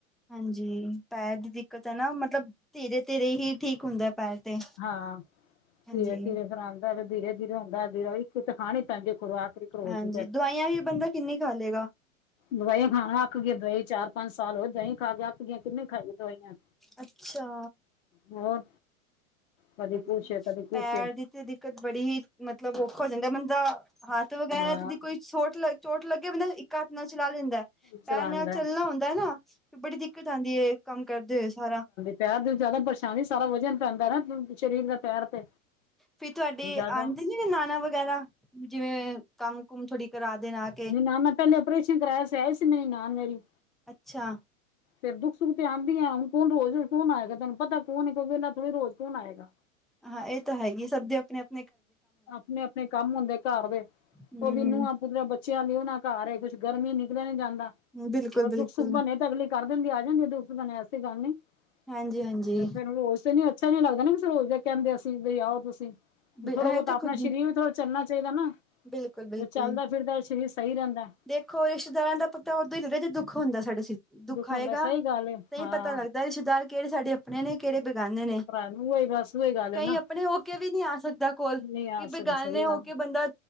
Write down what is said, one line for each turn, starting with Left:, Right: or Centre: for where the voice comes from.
Centre: ਹਾਂਜੀ ਪੈਰ ਦੀ ਦਿੱਕਤ ਹੈ। ਨਾ ਮਤਲਬ ਧਿਰੇ- ਧਿਰੇ ਹੀ ਠੀਕ ਹੁੰਦਾ ਪੈਰ ਤੇ
Left: ਹਾਂ
Centre: ਹਾਂਜੀ,
Left: ਧਿਰ- ਧਿਰੇ ਆਂਦਾ ਫਿਰ ਧੀਰੇ- ਧੀਰੇ ਹੁੰਦਾ ਇੱਕ ਤਾਂ ਖਾਣੀ ਤੇ ਪੈਦੀ ਖੁਰਰਾਕ- ਇੱਕ ਰੋਜ਼
Centre: ਹਾਂਜੀ
Left: ਦੀ
Centre: ਦਵਾਈਆਂ ਵੀ ਬੰਦਾ ਕਿੰਨੀ ਖਾ ਲਏਗਾ।
Left: ਦਵਾਈਆਂ ਖਾ ਖਾ ਅੱਕ ਗਏ ਦਵਾਈ ਚਾਰ ਪੰਜ ਸਾਲ ਹੋ ਦਵਾਈ ਖਾ ਕੇ ਅੱਕ ਗਏ ਕਿੰਨੇ ਖਾਈਏ ਦਵਾਈਆਂ।
Centre: ਅੱਛਾ।
Left: ਹੋਰ ਕਦੀ
Centre: ਬੜੀ
Left: ਕੁਛ ਹੈ, ਕਦੇ ਕੁਛ।
Centre: ਪੈਰ ਦੀ ਤੇ ਦਿੱਕਤ ਬੜੀ ਹੀ ਮਤਲਬ ਔਖਾ ਹੋ ਜਾਂਦਾ ਬੰਦਾ ਹੱਥ ਵਗੈਰਾ
Left: ਹਾਂ
Centre: ਦੀ ਕੋਈ ਛੋਟ ਲੱ ਚੋਟ ਲੱਗੇ ਬੰਦਾ ਇੱਕ ਹੱਥ ਨਾਲ ਚਲਾ ਲੈਂਦਾ
Left: ਚਲਾਉਂਦਾ
Centre: ਪੈਰ ਨਾਲ ਚੱਲਣਾ ਹੁੰਦਾ ਹਨਾ। ਬੜੀ ਦਿੱਕਤ ਆਉਂਦੀ ਹੈ ਕੰਮ ਕਰਦੇ ਹੋਏ ਸਾਰਾ।
Left: ਪਹਿਰ ਦੀ ਜਿਆਦਾ ਪਰੇਸ਼ਾਨੀ ਸਾਰਾ ਵਜਨ ਪੈਂਦਾ ਨਾ ਸਰੀਰ ਦਾ ਪੈਰ ਤੇ
Centre: ਫਿਰ ਤੁਹਾਡੇ
Left: ਇਹ ਜਿਆਦਾ
Centre: ਆਉਂਦੇ ਨੀ ਨਨਾਣਾ ਵਗੈਰਾ ਜਿਵੇ ਕਮ ਕੁਮ ਥੋੜੀ ਕਰਾ ਦੇ ਨਾਲ
Left: ਨਹੀ ਨਾ- ਨਾ ਪਹਿਲੇ ਆਪਓਪਰੇਸ਼ਨ ਕਰਾਇਆ ਸੀਇਆ ਸੀ ਮੈਰੀ ਨਨਾਣ ਮੇਰੀ
Centre: ਅਛਾ
Left: ਫਿਰ ਦੁੱਖ ਸੁੱਖ ਤੇ ਆਂਦੀ ਹੁ ਕੌਣ ਰੋਜ਼ੋ ਕੌਣ ਆਏਗਾ ਤੈਨੂੰ ਪਤਾ ਕੌਨ ਕੋਈੇਵੇਲਾ ਥੋੜੀ ਰੋਜ਼ ਕੌਣ ਆਏਗਾ।
Centre: ਹਾਂ ਇਹ ਤਾਂ ਹੈ। ਹੀ ਸਭ ਦੇ ਆਪਣੇ ਆਪ
Left: ਆਪਣੇ ਆਪਣੇ ਕੰਮ ਹੁੰਦੇ ਘਰ ਦੇ
Centre: ਹੂੰ।
Left: ਉਹ ਵੀਨੂੰ ਪੁਤ- ਬੱਚਿਆਂ ਲਈ ਉਹ ਨਾ ਘਰ ਏ ਕੁਛ ਗਰਮੀ ਨਿਕਲਿਆ ਨੀ ਜਾਂਦਾ
Centre: ਬਿਲਕੁਲ,
Left: ਅਗਰ
Centre: ਬਿਲਕੁਲ
Left: ਦੁੱਖ ਸੁੱਖ ਬਣਿਆ ਤਾਂ ਅਗਲੀ ਕਰ ਦਿੰਦੀ ਆ ਜਾਦੀ ਦੋਸਤ ਬਣੇ ਐਸੀ ਗੱਲ ਨੀ ਤੇ
Centre: ਹਾਂਜੀ, ਹਾਂਜੀ
Left: ਫੇਰ ਰੋਜ ਤੇ ਨੀ ਅਛਾ ਨੀ ਲੱਗਦਾ ਨਾ ਰੋਜ ਦੇ ਕਹਿੰਦੇ ਅਸੀ ਵੀ ਆਓ ਤੁਸੀ
Centre: ਇਹ
Left: ਥੋੜ੍ਹਾ ਬਹੁਤਾ
Centre: ਤਾਂ
Left: ਆਪਣਾ
Centre: ਖੁਦ
Left: ਸਰੀਰ ਵੀ ਥੋੜ੍ਹਾ ਚੱਲਣਾ ਚਾਹੀਦਾ ਨਾ
Centre: ਬਿਲਕੁਲ ਬਿਲਕੁਲ
Left: ਚੱਲਦਾ ਫਿਰਦਾ ਸਰੀਰ ਸਹੀ ਰਹਿੰਦਾ
Centre: ਦੇਖੋ ਰਿਸ਼ਤੇਦਾਰਾਂ ਦਾ ਪਤਾ ਉਦੋ ਹੀ ਲਗਦਾ ਦੁੱਖ ਹੁੰਦਾ ਸਾਡੇ ਸਰੀ ਦੁੱਖ ਆਏਗਾ
Left: ਹੁੰਦਾ ਸਹੀ ਗੱਲ ਏ
Centre: ਤੇ
Left: ਹਾਂ
Centre: ਪਤਾ ਲੱਗਦਾ ਰਿਸ਼ਤੇਦਾਰ ਕਿਹੜੇ ਸਾਡੇ ਆਪਣੇ ਨੇ ਕਿਹੜੇ ਬੈਗਾਨੇ ਨੇ
Left: ਭਰਾ ਨੂੰ ਉਹੀ ਬਸ ਉਹੀ ਗੱਲ
Centre: ਕਈ
Left: ਏ ਨਾ
Centre: ਆਪਣੇ ਹੋ ਕੇ ਵੀ ਨਹੀ ਆ ਸਕਦਾ ਕੋਲ ਕਿ
Left: ਨਹੀਂ ਆ ਸਹੀ
Centre: ਬੇਗਾਨੇ ਹੋ
Left: ਗੱਲ
Centre: ਕੇ ਬੰਦਾ